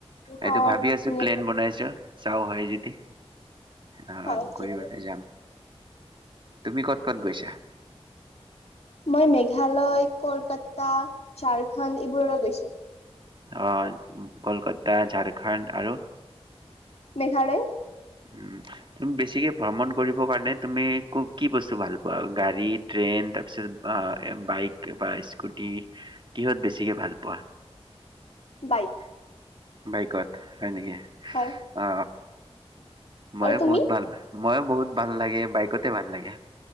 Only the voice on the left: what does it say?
অ',
ধুনীয়া
হয়
ঠিকে।
মই মেঘালয়, কলকাতা, ঝাৰখণ্ড এইবোৰলৈ গৈছো।
মেঘালয়
বাইক।
হয়
আৰু তুমি?